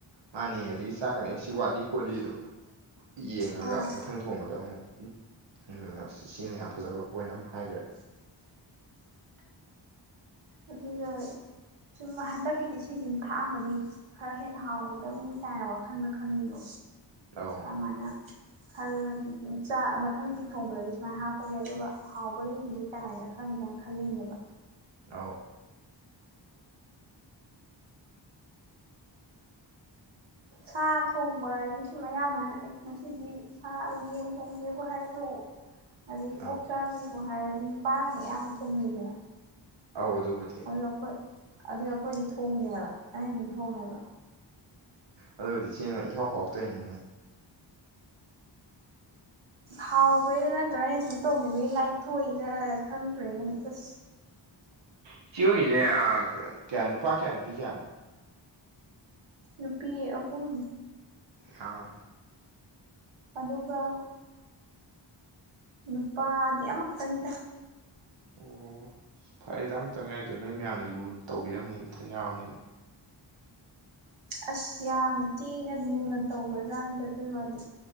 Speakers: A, on the right; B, on the right.
A: ꯃꯥꯥꯅꯦ ꯑꯗꯒꯤ ꯆꯥ ꯀꯥꯟꯗ ꯑꯦ ꯁꯤ ꯋꯥꯠꯂꯤ ꯈꯣꯠꯂꯤꯗꯣ ꯌꯦꯡꯉꯒ
B: ꯍꯣꯏ
A: ꯃꯊꯪ ꯊꯣꯡꯕꯗ ꯑꯃꯨꯛ ꯑꯗꯨꯅ ꯏꯆꯦꯅ ꯌꯥꯝ ꯐꯖꯕ ꯄꯣꯏꯟ ꯑꯃ ꯍꯥꯏꯒ꯭ꯔꯦ
B: ꯑꯗꯨꯒ ꯁꯨꯝ ꯍꯟꯗꯛꯀꯤꯗꯤ ꯁꯤꯖꯤꯃꯥ ꯊꯥꯛꯑꯝꯃꯗꯤ ꯈꯔ ꯍꯦꯟꯅ ꯍꯥꯎꯒꯗꯝꯅꯤ ꯀꯥꯏꯅ ꯋꯥꯈꯟꯗ ꯈꯟꯕꯗꯣ
A: ꯂꯥꯎꯋꯣ
B: ꯑꯃꯥꯏꯅ ꯈꯜꯂꯗꯤ ꯆꯥ ꯃꯊꯪꯗꯤ ꯊꯣꯡꯕꯗꯗꯤ ꯁꯨꯃꯥꯏ ꯍꯥꯞꯄꯒꯦ ꯑꯗꯨꯒ ꯍꯥꯎꯕꯔ ꯌꯦꯡꯒꯦ ꯇꯥꯏꯔ ꯈꯡꯗꯥꯥꯏ ꯈꯜꯂꯤꯅꯦꯕ
A: ꯑꯥꯎ
B: ꯁꯥ ꯊꯣꯡꯕ ꯍꯥꯏꯗꯤ ꯁꯨꯝ ꯑꯌꯥꯝꯕꯅ ꯑꯦ ꯉꯁꯤꯗꯤ ꯁꯥ ꯌꯦꯟ ꯊꯣꯡꯖꯦꯕꯨ ꯍꯥꯏꯔꯁꯨ ꯑꯗꯒꯤ
A: ꯑꯧ
B: ꯑꯣꯛ ꯆꯥꯖꯦꯕꯨ ꯍꯥꯏꯔꯖꯨ ꯅꯨꯄꯥꯅꯒ ꯑꯌꯥꯝꯕ ꯊꯣꯡꯅꯩꯗꯅ
A: ꯑꯧ ꯑꯗꯨꯕꯨꯗꯤꯗꯤ
B: ꯑꯗꯨ ꯑꯈꯣꯏ ꯑꯗꯨꯏ ꯑꯈꯣꯏꯗꯤ ꯊꯣꯡꯗꯦꯕ ꯑꯩꯅ ꯑꯗꯨꯝ ꯊꯣꯡꯉꯦꯕ
A: ꯑꯗꯨꯕꯨꯗꯤ ꯁꯤꯅ ꯏꯍꯥꯎ ꯍꯥꯎꯇꯣꯏꯅꯤꯅꯦ
B: ꯍꯥꯎꯕꯩꯥ ꯅꯠꯇ꯭ꯔꯥ ꯑꯩꯅ ꯁꯨꯝ ꯇꯧꯒꯤꯕꯩ ꯂꯥꯏꯊꯣꯛꯏꯔ ꯈꯪꯗ꯭ꯔꯦꯅꯦ ꯑꯁ
A: ꯏꯆꯦ ꯑꯣꯏꯒꯤꯖꯦ ꯑꯥ ꯀꯌꯥ ꯅꯨꯄꯥ ꯀꯌꯥ ꯅꯨꯄꯤ ꯀꯌꯥꯅꯣ
B: ꯅꯨꯄꯤ ꯑꯍꯨꯝ
A: ꯑꯥ
B: ꯑꯗꯨꯒ ꯅꯨꯄꯥꯗꯤ ꯑꯃꯈꯛꯇꯪꯅꯤꯗ
A: ꯑꯣ ꯐꯔꯦꯗ ꯑꯃ ꯇꯪ ꯌꯥꯎꯋꯤꯗꯣ ꯅꯣꯏ ꯃꯌꯥꯝꯅ ꯂꯨꯅ ꯇꯧꯕꯤꯔꯝꯅꯦ ꯃꯊꯟ ꯌꯥꯎꯔꯝꯅꯤꯅ
B: ꯑꯁ ꯌꯥꯝꯅ ꯊꯤꯅ ꯂꯨꯅ ꯇꯧꯕꯖꯥꯅꯤꯗ ꯑꯗꯨꯒꯤ ꯋꯥꯗꯤ